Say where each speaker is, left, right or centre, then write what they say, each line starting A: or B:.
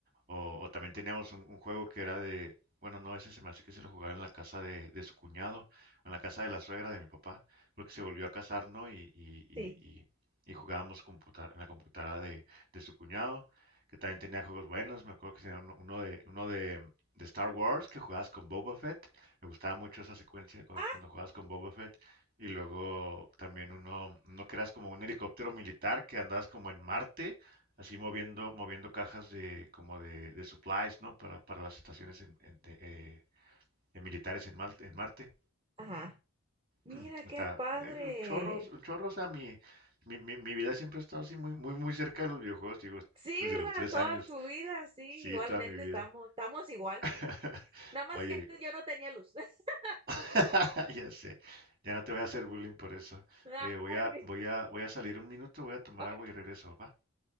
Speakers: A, on the right (about 40°); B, on the right (about 25°).
A: o, o también teníamos un, un juego que era de, bueno, no, ese se me hace que se lo jugaba en la casa de, de su cuñado, o en la casa de la suegra de mi papá, porque se volvió a casar, ¿no? Y, y, y-
B: sí.
A: y- y jugábamos computar, en la computadora de, de su cuñado, que también tenía juegos buenos, me acuerdo que tenía uno, uno de, uno de, de Star Wars, que jugabas con Boba Fett, me gustaba mucho esa secuencia cuando,
B: Ah,
A: cuando jugabas con Boba Fett, y luego también uno, uno que eras como un helicóptero militar, que andabas como en Marte, así moviendo, moviendo cajas de como de, de supplies, ¿no? Para, para las estaciones en- en- de, eh, de militares en, Mal- en Marte.
B: ajá. Mira
A: <clears throat> Está
B: qué padre.
A: eh, un chorro, un chorro, o sea, mi, mi, mi, mi vida siempre ha estado así muy, muy, muy cerca de los videojuegos, digo,
B: Sí,
A: desde
B: ¿verdad?
A: los tres
B: Toda
A: años,
B: tu vida, sí,
A: sí,
B: igualmente
A: toda mi vida.
B: estamos, estamos igual.
A: <laughs>
B: Nada más
A: Oye,
B: que antes yo no tenía luz. <laughs>
A: <laughs> ya sé, ya no te voy a hacer bullying por eso.
B: Ay,
A: Oye, voy a, voy a, voy a salir un minuto, voy a tomar
B: ok,
A: agua y regreso, ¿va?